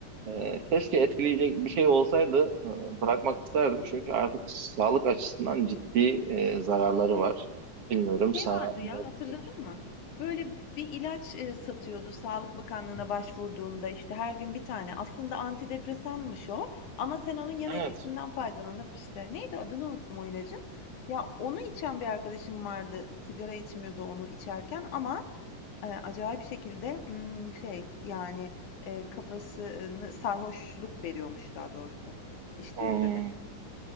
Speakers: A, on the right; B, on the left.
A: e, Keşke etkileyecek bir şey olsaydı e, bırakmak isterdim. Çünkü artık sağlık açısından ciddi e, zararları
B: Şey
A: var. Bilmiyorum
B: Şey
A: sana
B: vardı ya
A: ne-
B: hatırladın mı? Böyle bir ilaç e, satıyordu Sağlık Bakanlığı'na başvurduğunda işte her gün bir tane. Aslında antidepresanmış o ama sen onun yan
A: Evet.
B: etkisinden faydalanıp işte neydi adını unuttum o ilacın. Ya onu içen bir arkadaşım vardı. Sigara içmiyordu onu içerken ama e, acayip şekilde hmm, şey yani e, kafasını sarhoşluk veriyormuş daha doğrusu içtiğinde
A: Hmm.
B: de.